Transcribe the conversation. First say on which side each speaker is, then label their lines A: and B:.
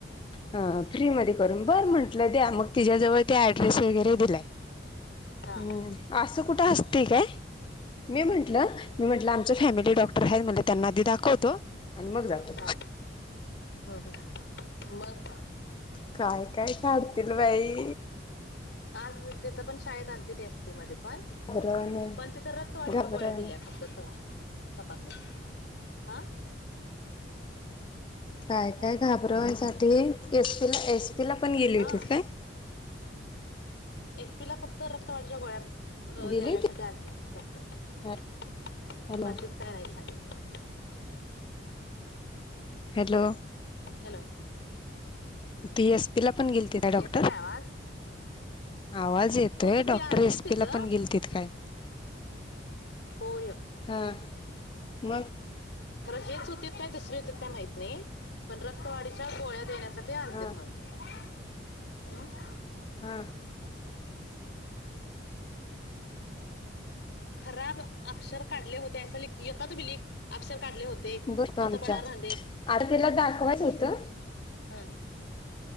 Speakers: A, on the left (about 25°); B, on the left (about 70°).
A: हा फ्री मधी कर बर म्हंटलं द्या मग तिच्याजवळ ते ऍड्रेस वगैरे दिलाय.
B: हा
A: हम्म असं कुठं असतय काय. मी म्हटलं मी म्हटलं आमच फॅमिली डॉक्टर हायत म्हटलं त्यांना आधी दाखवतो, आण मग जातो.
B: हा हम्म मग
A: काय काय काढतील बाई,
B: आज तिथं पण शाळेत आलती ते एसपी मध्ये पण,
A: घाबरवान
B: पण तिथं रक्तवाढीच्या
A: घाबरवान
B: गोळ्या दिल्या फक्त तपासून. हा
A: काय
B: हॅलो
A: काय घा, आग्रह्यासाठी एस पीला एस पीला पण गेली
B: हा
A: होतीत काय.
B: एसपी ला फक्त रक्त वाढच्या गोळ्यात अ
A: गेली
B: देण्यासाठी
A: होती
B: आलतेत डॉक्टर
A: ह हॅलो
B: बाकीच काय नाही सांगितलं.
A: हॅलो
B: हॅलो
A: ती एस पी ला पण गेलती काय डॉक्टर.
B: येतोय आवाज
A: आवाज येतोय
B: होतीत
A: डॉक्टर
B: की आलतीत
A: एस
B: तिथं
A: पीला पण गेलतील काय.
B: होय <unintelligible>
A: हां मग <unintelligible>
B: खरं हेच होती काय दुसरी होती काय माहत नाही <unintelligible> पण रक्तवाढच्या गोळ्या देण्यासाठी आलते
A: हा
B: म्हणून <unintelligible> हम् <unintelligible>
A: हां <unintelligible>
B: खराब अक्षर काढले होते अस यता त मीि <unintelligible> अक्षर काढले होते
A: बघतो आमच्या
B: कोत बड राह
A: अरे तिला दाखवायचं
B: अक्षर
A: होतं
B: <unintelligible> हा